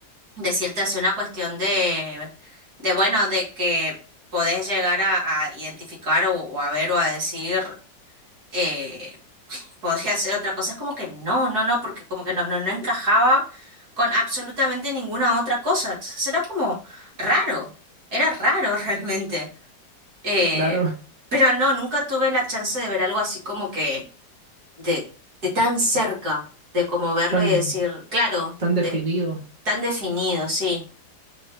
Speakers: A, on the right (about 55°); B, on the right (about 25°).
A: decirte hace una cuestión de de bueno, de que podés llegar a, a identificar o, o a ver o a decir, eh, podría hacer otra cosa. Es como que no, no, no, porque como que no, no, no encajaba con absolutamente ninguna otra cosa. Entonces era como raro, era raro <laughs> realmente. Eh,
B: claro,
A: pero no, nunca tuve la chance de ver algo así como que de, de tan cerca, de como
B: <laughs>
A: verlo
B: tan,
A: y decir, claro,
B: tan definido.
A: de, tan definido, sí.